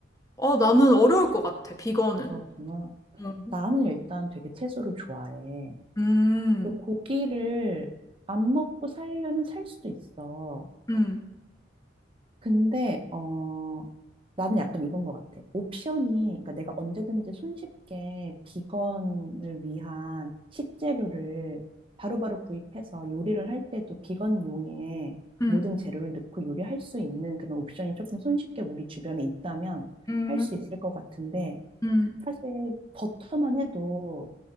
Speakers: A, on the left (about 15°); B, on the right (about 30°).
A: 어 나는 어려울 것 같아 비건은.
B: 그렇구나.
A: 음,
B: 나는 일단 되게 채소를 좋아해.
A: 음,
B: 그 고기를 안 먹고 살려면 살 수도 있어.
A: 음,
B: 근데 어 나는 약간 이건 것 같아. 옵션이 그러니까 내가 언제든지 손쉽게 비건을 위한 식재료를 바로바로 구입해서 요리를 할 때도 비건용의
A: 음,
B: 모든 재료를 넣고 요리할 수 있는 그런 옵션이 조금 손쉽게 우리 주변에 있다면
A: 음,
B: 할 수 있을 것 같은데
A: 음,
B: 사실 버터만 해도